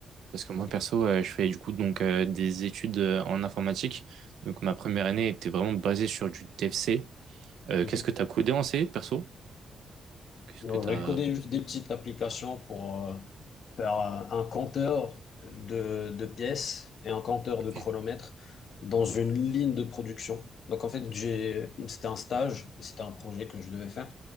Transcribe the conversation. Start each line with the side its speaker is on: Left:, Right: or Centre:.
Right: Parce que moi,
Left: OK.
Right: perso, euh, je fais du coup donc euh, des études euh, en informatique. Donc ma première année était vraiment basée sur du DFC. Euh,
Left: Mhm.
Right: qu'est-ce que t'as codé en C, perso? Qu'est-ce
Left: Donc,
Right: que t'as...
Left: je vais coder juste des petites applications pour... euh, par un compteur de, de pièces et un compteur de
Right: Ok,
Left: chronomètre dans une ligne de production. Donc en fait, j'ai, c'était un stage, c'était un projet que je devais faire.